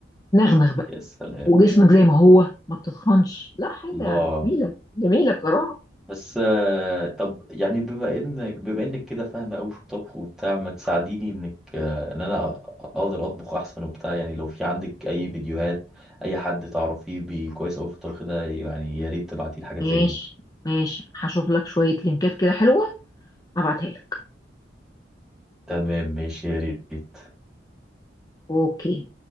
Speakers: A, on the left; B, in the centre.
A: نغنغ بقى
B: يا سلام
A: وجسمك زي ما هو ما بتتخنش لا حاجه
B: الله
A: جميله جميله بصراحه
B: بس آه، طب يعني بما انك بما انك كده فاهمه قوي في الطبخ وبتاع ما تساعديني انك آه، ان انا اقدر اطبخ احسن وبتاع يعني لو في عندك اي فيديوهات اي حد تعرفيه بي- كويس قوي في الطبخ ده يعني يا ريت تبعتي لي حاجات
A: ماشي
B: زي دي
A: ماشي هشوف لك شويه لينكات كده حلوه هبعتها لك
B: تمام ماشي يا ريت
A: اوكي